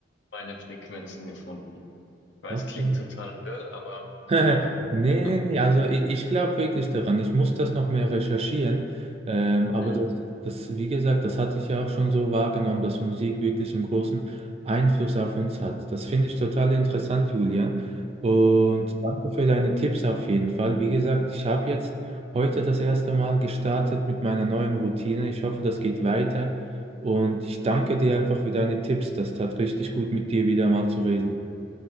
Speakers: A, on the left; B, on the right.
A: meine Frequenzen gefunden. Ich weiß,
B: Okay.
A: klingt total wirr, aber
B: <laughs>
A: äh,
B: Nee, nee,
A: so.
B: nee, also ich, ich glaube wirklich daran. Ich muss das noch mehr recherchieren. Ähm, aber
A: Mhm.
B: das, das, wie gesagt, das hatte ich ja auch schon so wahrgenommen, dass Musik wirklich einen großen Einfluss auf uns hat. Das finde ich total interessant, Julian. Und danke für deine Tipps auf jeden Fall. Wie gesagt, ich habe jetzt heute das erste Mal gestartet mit meiner neuen Routine. Ich hoffe, das geht weiter. Und ich danke dir einfach für deine Tipps. Das tat richtig gut, mit dir wieder mal zu reden.